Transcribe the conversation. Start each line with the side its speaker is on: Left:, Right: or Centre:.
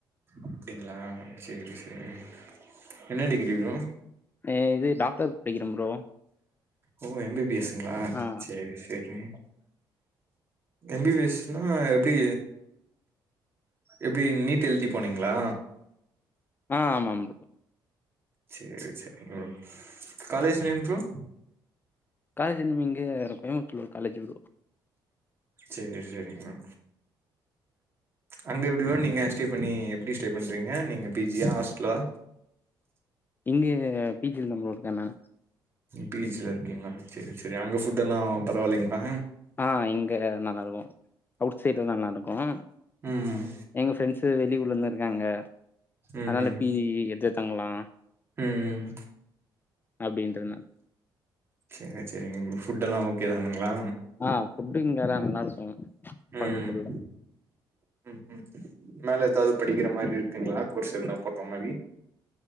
Right: அப்டிங்ளா சேரி சேரி என்ன டிகிரி ப்ரோ
Left: அ இது டாக்டர்க் படிக்கிற ப்ரோ
Right: ஓ எம் பி பி எஸ் ங்ளா
Left: ஆ
Right: சேரி செரி எம் பி பி எஸ் னா எப்டி எப்டி நீட் எள்தி போனீங்களா
Left: ஆ ஆமாம்
Right: சரி சரி காலேஜ் நேம் ப்ரோ
Left: காலேஜ் இங்க கோயம்பத்தூர்ல ஒரு காலேஜ் வ
Right: சரி சரி ப்ரோ அங்க எப்டிவ நீங்க ஸ்டே பண்ணி எப்டி ஸ்டே பண்றீங்க நீங்க பிஜியா ஹாஸ்டலா
Left: இங்க பிஜி நம்ப இருக்கேணா
Right: பீஜில இருக்கீங்களா சரி சரி அங்க புட் எல்லா பரவாயில்லிங்களா
Left: ஆ இங்க நல்லாருக்கும் அவுட் சைட்ல நல்லாருக்கும்
Right: ம்
Left: எங்க ஃப்ரெண்ட்ஸ் இது வெளியூர்ல தா இருக்காங்க
Right: ம்
Left: அதனால
Right: ம்
Left: பீஜி எத்து தங்கலாம்
Right: ம்
Left: அப்டின்றன
Right: சரி சரிங்க புபட் எல்லாம் ஓகே தானுங்களா
Left: ஆ ஃபுட்டு இங்கல்லாம் நல்லா இருக்கும் கோயம்புத்தூர்ல
Right: ம் ம் ம் மேல ஏதாவது படிக்கற மாரி இருக்குங்களா கோர்ஸ் எதுனா பண்ற மாரி